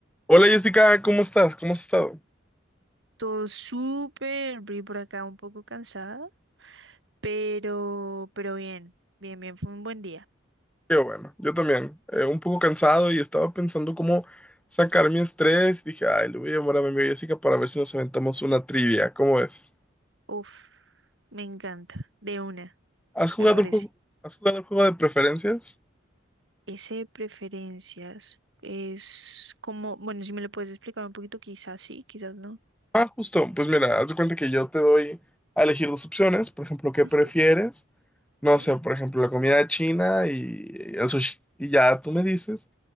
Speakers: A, in the centre; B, on the right.
A: Hola Jessica, ¿cómo estás? ¿Cómo has estado?
B: Todo súper, vi por acá un poco cansada, pero, pero bien, bien, bien, fue un buen día.
A: Qué bueno, yo también. eh, un poco cansado y estaba pensando cómo sacar mi estrés. Dije, ay, le voy a llamar a mi amiga Jessica para ver si nos aventamos una trivia. ¿Cómo es?
B: Uf, me encanta, de una,
A: ¿Has jugado
B: me parece.
A: el juego? ¿Has jugado el juego de preferencias?
B: Ese de preferencias es como, bueno, si me lo puedes explicar un poquito, quizás sí, quizás no.
A: Ah, justo. Pues mira, haz de cuenta que yo te doy a elegir dos opciones. Por ejemplo, ¿qué
B: Ujú,
A: prefieres? No
B: Sí,
A: sé, por ejemplo, la comida china y el sushi. Y ya tú me dices,